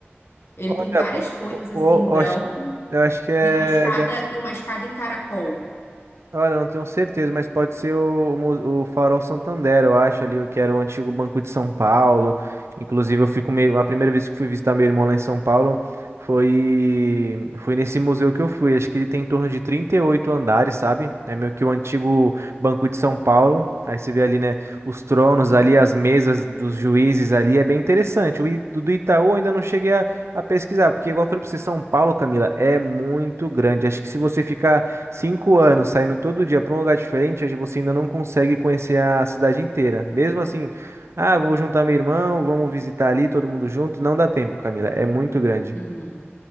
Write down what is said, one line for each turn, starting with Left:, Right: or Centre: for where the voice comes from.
Left: Ele
Right: Olha,
Left: tem várias
Right: pô,
Left: folhas
Right: eu
Left: assim branco
Right: eu acho que eu acho que é,
Left: e uma escada
Right: deve
Left: e uma escada em caracol.
Right: Olha, eu não tenho certeza, mas pode ser o, o, Mu- o Farol Santander, eu acho ali, que era o antigo Banco de São Paulo. Inclusive, eu fico meio, a primeira vez que fui visitar meu irmão lá em São Paulo foi foi nesse museu que eu fui. Acho que ele tem em torno de 38 andares, sabe? É meio que o antigo Banco de São Paulo. Aí você vê ali, né, os tronos
Left: Uhum.
Right: ali, as mesas dos juízes ali, é bem interessante. O I- do do Itaú eu ainda não cheguei a, a pesquisar, porque igual eu falei pra você, São Paulo, Camila, é muito grande. Acho que se você ficar Cinco anos saindo todo dia para um lugar diferente, hoje você ainda não consegue conhecer a cidade inteira. Mesmo assim, ah, vou juntar meu irmão, vamos visitar ali, todo mundo junto. Não dá tempo, Camila, é muito grande.
Left: Uhum.